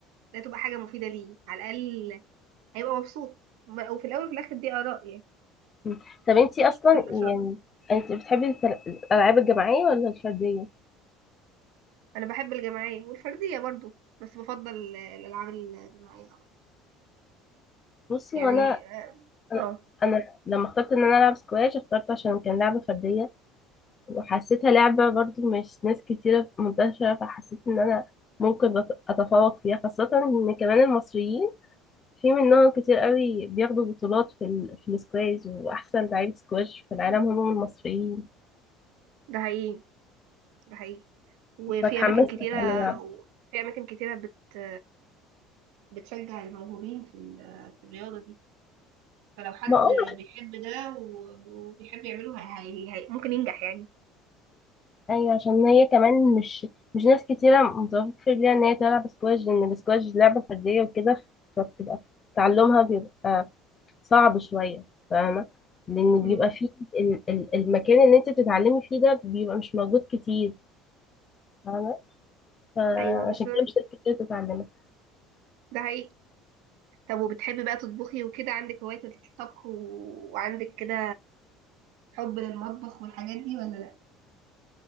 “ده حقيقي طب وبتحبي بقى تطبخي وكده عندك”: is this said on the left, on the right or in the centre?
Right